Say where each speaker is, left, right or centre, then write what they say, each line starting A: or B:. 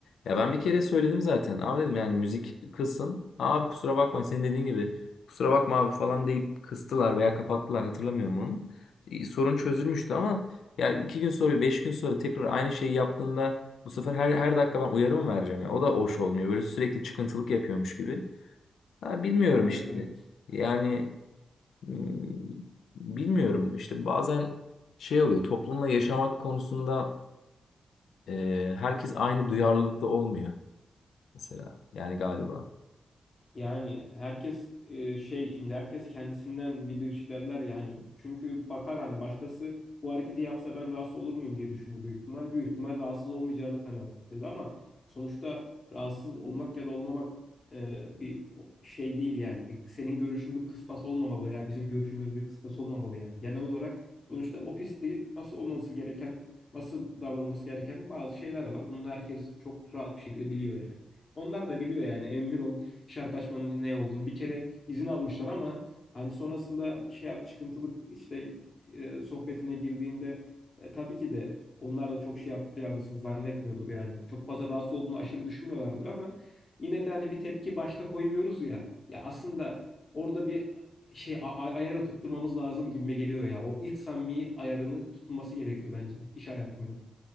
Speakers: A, on the left; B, on the left.
A: Ya ben bir kere söyledim zaten. Abi dedim yani müzik kılsın. Abi kusura bakma senin dediğin gibi kusura bakma abi falan deyip kıstılar veya kapattılar hatırlamıyorum onu. E, Sorun çözülmüştü ama ya iki gün sonra beş gün sonra tekrar aynı şeyi yaptığında bu sefer her her dakika ben uyarı mı vereceğim ya? O da hoş olmuyor. Böyle sürekli çıkıntılık yapıyormuş gibi. Ha, bilmiyorum
B: Evet
A: işte.
B: evet.
A: Yani hmm, bilmiyorum işte bazen şey oluyor toplumla yaşamak konusunda e, herkes aynı duyarlılıkta olmuyor mesela yani galiba.
B: Yani herkes e, şey şimdi herkes kendisinden bilirişi derler yani çünkü bakar hani başkası bu hareketi yapsa ben rahatsız olur muyum diye düşündü büyük ihtimal. Büyük ihtimal rahatsız olmayacağını kanaat getirdi ama sonuçta rahatsız olmak ya da olmamak e, bir o- şey değil yani. Bir, senin görüşün bir kıstas olmamalı ya bizim görüşümüz bir kıstas olmamalı yani. Genel olarak sonuçta o pistte nasıl olması gereken, nasıl davranılması gereken bazı şeyler var. Bunu herkes çok rahat bir şekilde biliyor yani. Onlar da biliyor yani emin ol şarkı açmanın ne olduğunu. Bir kere izin almışlar ama hani sonrasında şey yap çıkıntılık işte e, sohbetine girdiğinde e, tabii ki de onlar da çok şey yapacağını zannetmiyordur yani. Çok fazla rahatsız olduğunu aşırı düşünmüyorlardır ama yine de hani bir tepki başta koymuyoruz ya. Ya aslında orada bir şey a- a- ayarı tutturmamız lazım gibime geliyor ya. O ilk samimi ayarını tutulması gerekiyor bence iş hayatında.